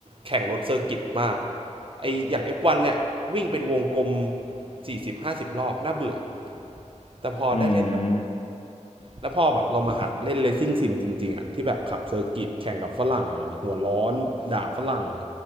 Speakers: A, on the right; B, on the left.
A: แข่งรถเซอร์กิตมาก ไออย่าง F1 เนี่ยวิ่งเป็นวงกลมสี่สิบห้าสิบรอบน่าเบื่อแต่พอได้เล่นแบบ
B: อืม
A: แล้วพอแบบเรามาหัดเล่นเล c ซิ่งซิมจริงๆอะที่แบบขับเซอร์กิตแข่งกับฝรั่งหัวร้อนด่าฝรั่ง